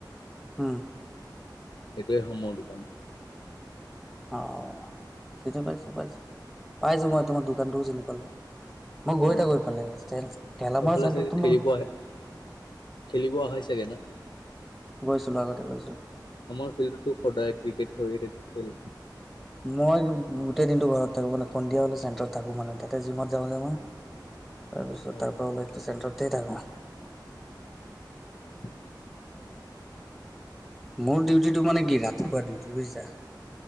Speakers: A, in the centre; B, on the left (about 85°).
A: উম।
B: এইটোৱে হয় মোৰ দোকান
A: অ চিনি পাইছো পাইছো, পাইছো মই তোমাৰ দোকানটোও চিনি পালো মই গৈ
B: অ',
A: থাকোঁ
B: অ',
A: এইফালে ঠেলামাৰা
B: এইফালে
A: চাইদতটো
B: চাগে খেলিব
A: মোৰ
B: আহে খেলিব আহা চাগে ন?
A: গৈছিলোঁ আগতে গৈছোঁ।
B: আমাৰ ফিল্ডতো সদায় ক্ৰিকেট হৈয়ে থাকে খেল
A: মই গোটেই দিনটো ঘৰত থাকো মানে সন্ধিয়া হলে চেণ্টাৰত থাকো, মানে তাতে জিমত যাওঁ যে মই তাৰ পিছত
B: অ',
A: তাৰ পৰা উলাই চেণ্টাৰতেই থাকো
B: <inaudible>
A: মোৰ ডিউটিটো মানে কি ৰাতিপুৱা ডিউটি বুজিছা।